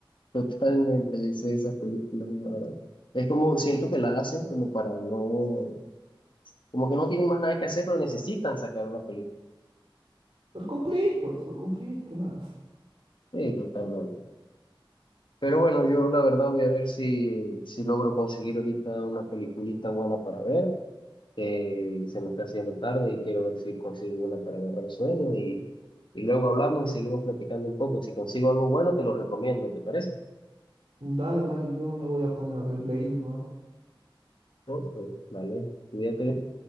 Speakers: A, on the left; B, on the right.
A: Totalmente deseo esas películas, la verdad. Es como, siento que las hacen como para no, como que no tienen más nada que hacer, pero necesitan sacar una película.
B: Por cumplir, pues, por cumplir, ¿qué más?
A: Sí, totalmente. Pero bueno, yo la verdad voy a ver si, si logro conseguir ahorita una peliculita buena para ver, que se me está haciendo tarde y quiero ver si consigo una para agarrar el sueño y, y luego hablamos y seguimos platicando un poco. Si consigo algo bueno, te lo recomiendo, ¿te parece?
B: Dale, Mario, yo me voy a poner a ver Blaze de nuevo.
A: Ok, dale, cuídate.